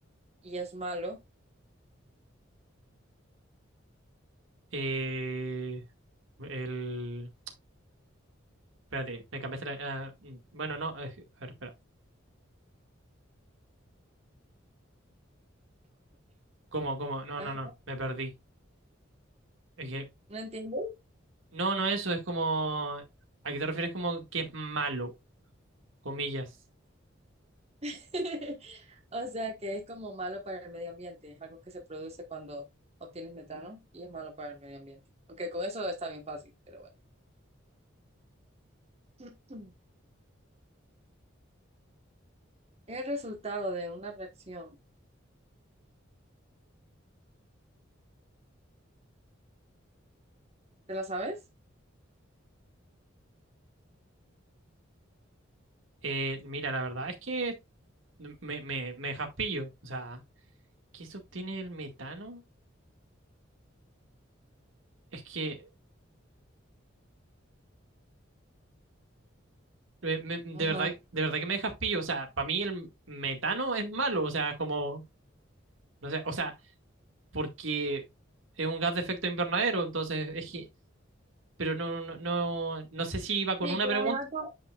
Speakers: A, on the right; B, on the right.
A: y es malo.
B: Eh, el... Espérate, me cambiaste la... ah, mm, bueno, no, eh, a ver, espera. ¿Cómo, cómo? No,
A: Ah,
B: no, no, me perdí. Es que...
A: ¿no entiendes?
B: No, no eso, es como... ¿A qué te refieres como que es malo? Comillas.
A: <laughs> O sea, que es como malo para el medio ambiente. Es algo que se produce cuando obtienes metano y es malo para el medio ambiente. Aunque con eso está bien fácil, pero bueno. Mm. el resultado de una reacción. ¿Te la sabes?
B: Eh, mira, la verdad es que me, me, me dejas pillo. O sea, ¿qué se obtiene del metano? Es que... me- me- de
A: Ajá.
B: verdad, de verdad que me dejas pillo. O sea, para mí el metano es malo. O sea, es como... No sé, o sea... porque es un gas de efecto invernadero, entonces es que, pero no, no, no, no sé si iba con
A: Sí,
B: una
A: pero
B: pregunta,
A: hay algo.